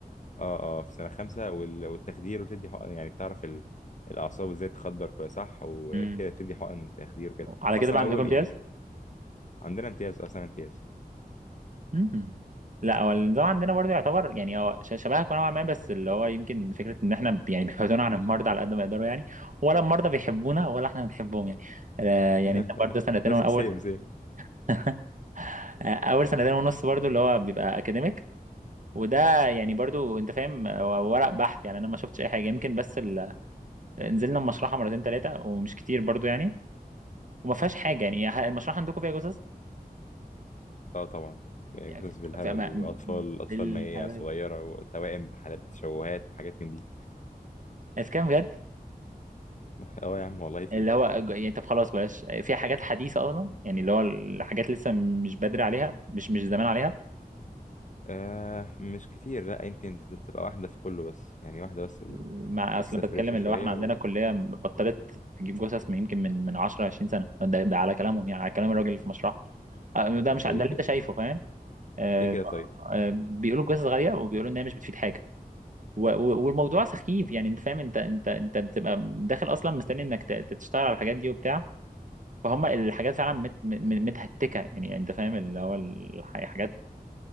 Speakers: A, on the left; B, on the right.
A: اه اه في سنه خمسه وال... والتخدير وتدي حقن يعني بتعرف ال... الاعصاب ازاي تخدر كويس صح وكده
B: امم
A: تدي حقن تخدير وكده
B: على كده
A: اصلا
B: بقى عندكم
A: اول
B: امتياز؟
A: يعني عندنا امتياز اصلا امتياز
B: مم. لا هو النظام عندنا برضه يعتبر يعني هو ش- شبهك نوعا ما بس اللي هو يمكن فكره ان احنا ب- يعني بيبعدونا عن المرضى على قد ما يقدروا يعني ولا المرضى بيحبونا ولا احنا بنحبهم يعني آه، يعني
A: <laughs>
B: انت برضه سنتين
A: نفس
B: اول
A: سيم سيم
B: <laughs> اول سنتين ونص برضو اللي هو بيبقى اكاديميك وده يعني برضو انت فاهم هو ورق بحث يعني انا ما شفتش اي حاجه يمكن بس ال... نزلنا المشرحه مرتين ثلاثه ومش كتير برضو يعني وما فيهاش حاجه يعني ه- المشرحه عندكم فيها جثث
A: اه طبعا يعني
B: يعني
A: قصص بالهبل
B: في... ما...
A: واطفال اطفال
B: بالهبل
A: مية صغيره وتوائم بحالات تشوهات وحاجات من دي
B: الكلام بجد
A: <laughs> اه يا عم والله في
B: اللي
A: ايه
B: هو يعني طب خلاص بلاش في حاجات حديثة أصلا يعني اللي هو الحاجات لسه مش بدري عليها مش مش زمان عليها
A: آه مش كتير لا يمكن تت- تبقى واحده في كله بس يعني واحده بس ال...
B: مع
A: لسه
B: أصلا بتكلم
A: فريشه
B: اللي
A: شويه
B: هو إحنا عندنا
A: و
B: كلية بطلت تجيب جثث من يمكن من من 10 20 سنة ده, ده على كلامهم يعني على كلام الراجل اللي في مشروعها آه، ده
A: ده
B: مش ده اللي
A: ليه كده
B: أنت شايفه فاهم آه،
A: ليه كده طيب
B: آه، بيقولوا الجثث غالية وبيقولوا إن هي مش بتفيد حاجة و- و- والموضوع سخيف يعني أنت فاهم أنت أنت أنت بتبقى داخل أصلا مستني إنك ت- تشتغل على الحاجات دي وبتاع فهم الحاجات فعلا مت م- م- متهتكه يعني يعني انت فاهم اللي هو الحاجات